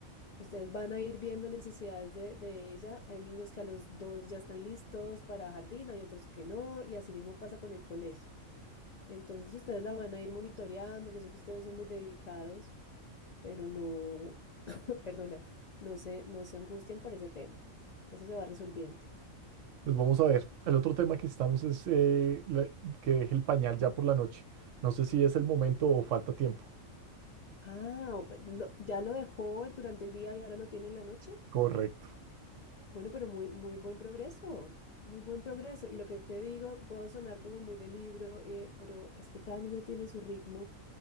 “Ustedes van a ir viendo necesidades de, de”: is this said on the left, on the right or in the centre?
Left